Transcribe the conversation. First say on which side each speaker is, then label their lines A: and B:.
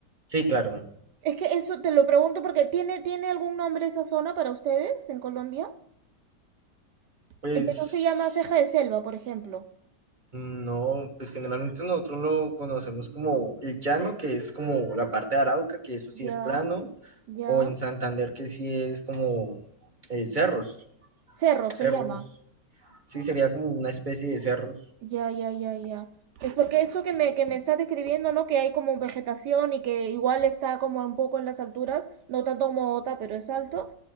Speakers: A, on the right (about 30°); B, on the right (about 70°).
A: Sí, claro,
B: Es que eso te lo pregunto porque ¿tiene, tiene algún nombre esa zona para ustedes en Colombia?
A: pues
B: El Perú se llama ceja de selva, por ejemplo.
A: no, pues generalmente nosotros lo conocemos como el llano, que es como la parte de Arauca, que eso sí
B: Ya,
A: es plano,
B: ya.
A: o en Santander, que sí es como eh, cerros,
B: Cerro se
A: cerros,
B: llama.
A: sí sería como una especie de cerros.
B: Ya, ya, ya, ya. Es porque eso que me, que me estás describiendo, ¿no? Que hay como vegetación y que igual está como un poco en las alturas, no tanto como Ota, pero es alto.